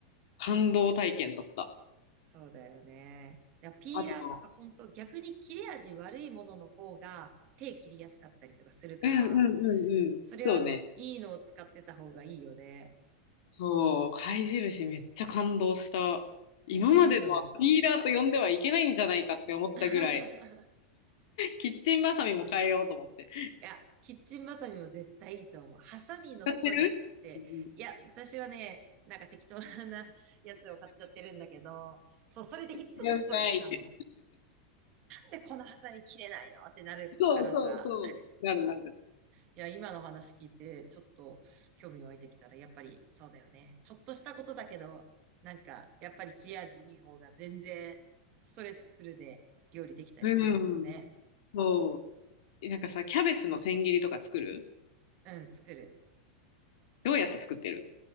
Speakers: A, on the left (about 55°); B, on the right (about 30°).
A: 感動体験だった。
B: そうだよね。だからピーラーとか本当逆に切れ味悪いものの方が手切りやすかったりとかするから、
A: あと、うんうんうんうん。
B: それはいいのを使ってた方がいいよね。
A: そうね。そう、貝印めっちゃ感動した。
B: そんなになんだ。
A: 今までのはピーラーと呼んではいけないんじゃないかって思ったぐらい、
B: <laughs>
A: キッチンバサミも変えようと思って。知っ
B: いや、キッチンバサミも絶対いいと思う。ハサミのストレスって、
A: てるうんうん
B: いや、私はね、なんか適当なやつを買っちゃってるんだけど、そう、それでいつもストレスなの。
A: 了解。
B: なんでこのハサミ切れないのってなるからさ。
A: そうそうそう。なるなる。
B: いや、今の話聞いて、ちょっと興味湧いてきたら、やっぱりそうだよね。ちょっとしたことだけど、なんか、やっぱり切れ味いい方が全然ストレスフルで料理できたりするもんね。
A: うん。そう。なんかさ、キャベツの千切りとか作る
B: うん、作る。
A: どうやって作ってる